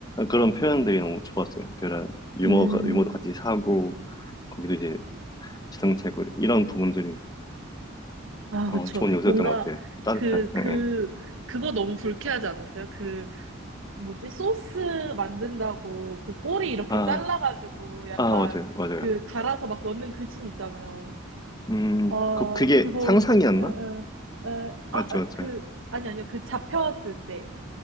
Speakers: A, on the left; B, on the right.
A: 그런
B: 음.
A: 표현들이 너무 좋았어요. 그런 유머가
B: 음.
A: 유머도 같이 사고 거기도 이제 지성체고 이런 부분들이
B: 아,
A: 어,
B: 그쵸.
A: 좋은 요소였던
B: 뭔가
A: 것 같아요. 따뜻한,
B: 그, 그,
A: 예. 예.
B: 그거 너무 불쾌하지 않았어요? 그, 뭐지? 소스 만든다고 그 꼬리 이렇게
A: 아,
B: 잘라가지고 약간
A: 아, 맞아요, 맞아요.
B: 그 갈아서 막 넣는 그 씬 있잖아요.
A: 음,
B: 아,
A: 그, 그게
B: 그거,
A: 상상이었나?
B: 에, 에, 에, 아,
A: 맞죠,
B: 아,
A: 맞죠.
B: 그, 아니, 아니요. 그 잡혔을 때.